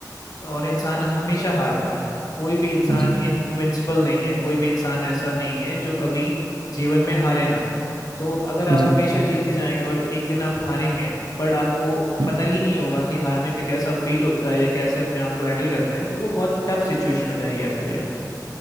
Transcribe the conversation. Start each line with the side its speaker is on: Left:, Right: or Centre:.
Left: और इंसान हमेशा हारता है कोई भी इंसान
Right: जी
Left: इनविंसिबल नहीं है कोई भी इंसान ऐसा नहीं है जो कभी जीवन में हारे ना तो अगर आप
Right: जी
Left: हमेशा जीतते जाएंगे और एक दिन आप हारेंगे बट आपको
Right: जी
Left: पता ही नहीं होगा कि हारने पे कैसा फील होता है या कैसे अपने आप को हैंडल करते हैं तो वो बहुत टफ सिचुएशन हो जाएगी आपके लिए